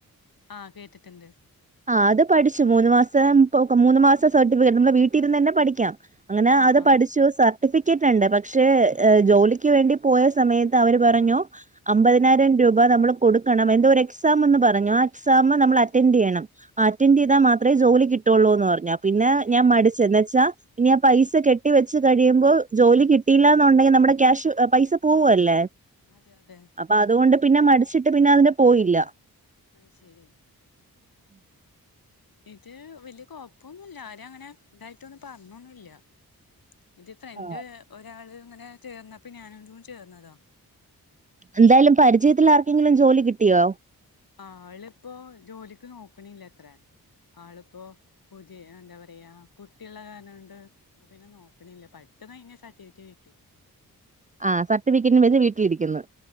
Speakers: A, on the left; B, on the right.
A: ആഹ് കേട്ടിട്ടുണ്ട്
B: ആഹ് അത് പഠിച്ചു മൂന്ന് മാസം പ്പൊ ക്കോ മൂന്ന് മാസ സർട്ടിഫിക്കറ്റ് നമ്മുടെ വീട്ടിലിരുന്ന് തന്നെ പഠിക്കാം. അങ്ങനെ
A: ആഹ്
B: അത്
A: ആഹ്
B: പഠിച്ചു സർ സർട്ടിഫിക്കറ്റ് ഉണ്ട് പക്ഷേ ജോലിക്ക് വേണ്ടി പോയ സമയത്ത് അവര് പറഞ്ഞു അമ്പതിനായിരം രൂപ നമ്മള് കൊടുക്കണം എന്തോരെക്സാമെന്ന് പറഞ്ഞു ആ എക്സാമ് നമ്മൾളറ്റൻഡറ് ചെയ്യണം. അറ്റന്റെയ്താ മാത്രെ ജോലി കിട്ടൊള്ളൂന്ന് പറഞ്ഞ് പിന്നെ ഞാൻ
A: ഏഹ്
B: മടിച്ച് എന്നെച്ചാ ഇനി ആ പൈസ കെട്ടി വെച്ച് കഴിയുമ്പോ ജോലി കിട്ടില്ലാന്നൊണ്ടെങ്കി നമ്മുടെ ക്യാഷ് പൈസ പോവാല്ലേ
A: അതെ അതെ
B: അപ്പൊ അതുകൊണ്ട് പിന്നെ മടിച്ചിട്ട് പിന്നെ അതിന് പോയില്ല
A: അയ് ശെരിയാ
B: <inaudible>
A: ഇത് വെല്യ കൊപ്പൊന്നൂല്ല ആരങ്ങനെ ഇതായിട്ടൊന്നും പറഞ്ഞൊന്നുംല്ല്യ. എന്റെ ഫ്രണ്ട്
B: ആ.
A: ഒരാള് ഇങ്ങനെ ചേർന്നപ്പൊ ഞാനും അങ്ങട്ട് കൂടി ചേർന്നതാ
B: എന്തായാലും പരിചയത്തിൽ ആർക്കെങ്കിലും ജോലി കിട്ടിയോ
A: ആളിപ്പോ ജോലിക്ക് നോക്കണില്ലാത്രേ ആളിപ്പൊ പുതിയ എന്താ പറയാ കുട്ടിയുള്ള കാരണോണ്ട് അപ്പൊ പിന്നെ നോക്കണില്ല പഠിത്തം കയിഞ്ഞ് സർട്ടിഫിക്കറ്റ് കിട്ടി.
B: ആ സർട്ടിഫിക്കറ്റും വെച്ച് വീട്ടിലിരിക്കുന്നു